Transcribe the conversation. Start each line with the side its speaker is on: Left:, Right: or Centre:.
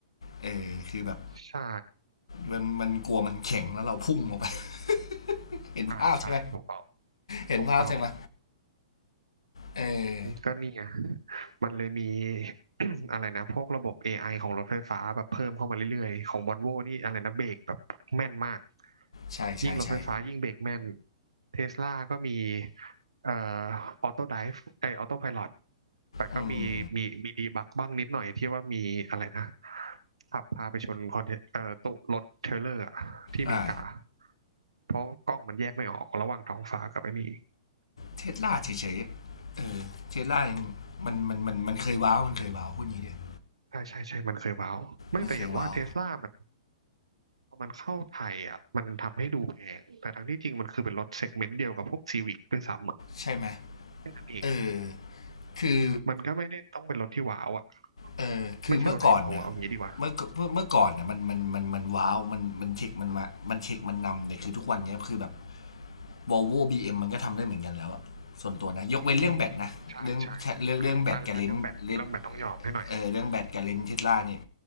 Left: เออคือแบบ
Right: ใช่
Left: มันมันกลัวมันแข็งแล้วเราพุ่งออกไป <laughs> เห็นภาพใช่ไหม
Right: อ่าใช่ถูกต้อง
Left: เห็นภาพใช่ไหม
Right: ถูกต้อง
Left: เออ
Right: ก็นี่ไงมันเลยมี <clears throat> อะไรนะพวกระบบ AI ของรถไฟฟ้าแบบเพิ่มเข้ามาเรื่อยๆ ของวอลโวนี่อะไรนะเบรกแบบแม่นมาก
Left: ใช่ใช่ใช่
Right: ยิ่งรถไฟฟ้ายิ่งเบรกแม่นเทสลาก็มีเอ่อออโต้ไดฟ์ไอออโต้ไพลอตแต่ก็มีมีมีดีบักบ้างนิดหน่อยที่ว่ามีอะไรนะ
Left: อืม
Right: ขับพาไปชนคอนเทเอ่อตุรถเทรลเลอร์อะที่อเมริกา
Left: อ่า
Right: เพราะกล้องมันแยกไม่ออกระหว่างท้องฟ้ากับไอ้นี่
Left: เทสลาเฉยๆเทสลายังมันมันมันมันเคยว้าวมันเคยว้าวพูดงี้เดียว
Right: ใช่ใช่ใช่มันเคยว้าวไม่แต่อย่างว่าเทสลามัน
Left: มันเคยว้าว
Right: พอมันเข้าไทยอ่ะมันทำให้ดูแพงแต่ทั้งที่จริงมันคือเป็นรถเซกเมนต์เดียวกับพวกซีวิกด้วยซ้ำอ่ะ
Left: ใช่ไหม
Right: แค่นั้นเอง
Left: เออคือ
Right: มันก็ไม่ได้ต้องเป็นรถที่ว้าวอ่ะ
Left: เออคือเมื่อก่อนเนี่ย
Right: ไม่ใช่รถไฮโซอะเอาอย่างนี้ดีกว่า
Left: เมื่อกเมื่อก่อนเนี่ยมันมันมันมันว้าวมันมันเทคมันมามันเทคมันนำเนี่ยคือทุกวันเนี้ยคือแบบ Volvo บีเอ็มมันก็ทำได้เหมือนกันแล้ว ส่วนตัวนะ ยกเว้นเรื่องแบตนะ
Right: ใช่ใช่
Left: เรื่องเรื่องเรื่องแบตกับเลนส์เน
Right: อันอันเรื่องแบตเรื่องแบตต้องยอมให้หน่อย
Left: เออเรื่องแบตกับเลนส์ทิสลาเนี่ย